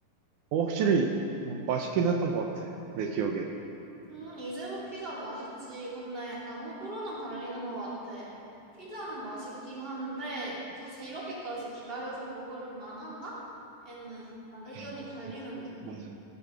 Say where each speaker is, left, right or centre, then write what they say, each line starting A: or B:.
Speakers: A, on the right; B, on the right.
A: 어, 확실히 음, 맛있긴 했던 것 같아. 내 기억에.
B: 응, 이재모 피자 맛있지. 근데 약간 호불호는 갈리는 것 같아. 피자는 맛있긴 한데 굳이 이렇게까지 기다려서 먹을 만한가? 에는 약간 의견이
A: 아,
B: 갈리는
A: 뭐,
B: 느낌?
A: 맞아.